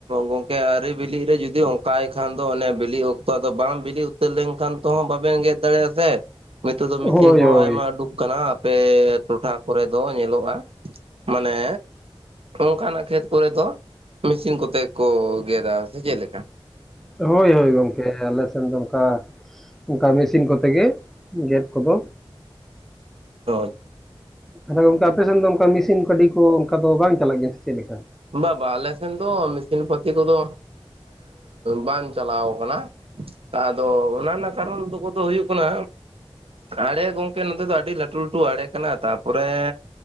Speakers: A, on the right; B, in the centre.
A: ᱜᱚᱝᱠᱮ ᱟᱨᱤ ᱵᱤᱞᱤᱜ ᱨᱮ ᱡᱩᱫᱤ ᱚᱝᱠᱟᱭ ᱠᱷᱟᱱ ᱫᱚ ᱚᱱᱮ ᱵᱤᱞᱤ ᱚᱠᱛᱚ ᱟᱫᱚ ᱵᱟᱝ ᱵᱤᱞᱤᱜ ᱛᱟᱹᱨ ᱞᱮᱱᱠᱷᱟᱱ ᱛᱚᱦᱚᱸ ᱵᱟᱵᱮᱱ ᱜᱮᱫ ᱫᱟᱲᱮᱭᱟᱜᱼᱟ ᱥᱮ ᱱᱤᱛᱚᱜ ᱫᱚ
B: ᱦᱳᱭ
A: ᱢᱮᱥᱤᱱ ᱠᱚᱦᱚᱸ
B: ᱦᱳᱭ
A: ᱟᱭᱢᱟ ᱩᱰᱩᱠ ᱦᱩᱭᱩᱜ ᱠᱟᱱᱟ ᱟᱯᱮ ᱴᱚᱴᱷᱟ ᱠᱚᱨᱮ ᱫᱚ ᱧᱮᱞᱚᱜᱼᱟ ᱢᱟᱱᱮ ᱚᱱᱠᱟᱱᱟᱜ ᱠᱷᱮᱛ ᱠᱚᱨᱮ ᱫᱚ ᱢᱮᱥᱤᱱ ᱠᱚᱛᱮ ᱠᱚ ᱜᱮᱫᱟ ᱥᱮ ᱪᱮᱜᱞᱮᱠᱟ
B: ᱦᱳᱭ ᱦᱳᱭ ᱜᱚᱝᱠᱮ ᱟᱞᱮ ᱥᱮᱱ ᱫᱚ ᱚᱱᱠᱟ ᱚᱝᱠᱟ ᱢᱮᱥᱤᱱ ᱠᱚᱛᱮ ᱜᱮ ᱜᱮᱫ ᱠᱚᱫᱚ
A: <unintelligible>
B: ᱛᱟᱦᱞᱮ ᱜᱚᱝᱠᱮ ᱟᱯᱮᱥᱮᱱ ᱫᱚ ᱚᱱᱠᱟ ᱢᱮᱥᱤᱱ ᱜᱟᱹᱰᱤ ᱠᱚ ᱚᱱᱠᱟ ᱫᱚ ᱵᱟᱝ ᱪᱟᱞᱟᱜ ᱜᱮᱭᱟ ᱥᱮ ᱪᱮᱫ ᱞᱮᱠᱟ
A: ᱵᱟᱵᱟ ᱟᱞᱮᱥᱮᱱ ᱫᱚ ᱢᱮᱥᱤᱱ ᱯᱟᱹᱛᱤ ᱠᱚᱫᱚ ᱵᱟᱝ ᱪᱟᱞᱟᱣ ᱠᱟᱱᱟ ᱟᱫᱚ ᱚᱱᱟ ᱨᱮᱱᱟᱜ ᱠᱟᱨᱚᱱ ᱫᱚ ᱠᱚᱫᱚ ᱦᱩᱭᱩᱜ ᱠᱟᱱᱟ ᱟᱲᱮ ᱜᱚᱝᱠᱮ ᱱᱚᱛᱮ ᱫᱚ ᱟᱹᱰᱤ ᱞᱟᱹᱴᱩ ᱞᱟᱹᱴᱩ ᱟᱲᱮ ᱠᱟᱱᱟ ᱛᱟᱯᱚᱨᱮ